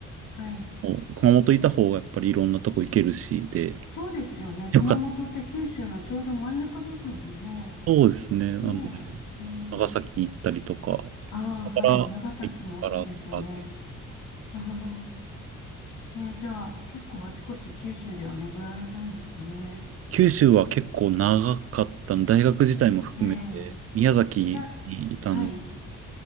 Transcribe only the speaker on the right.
もう熊本いた方がやっぱりいろんなとこ行けるし、で、
よかった。そうですね。
なので、
長崎行ったりとか、
だから行ったからとかで、
九州は結構長かったの、大学自体も含めて、
宮崎にいたん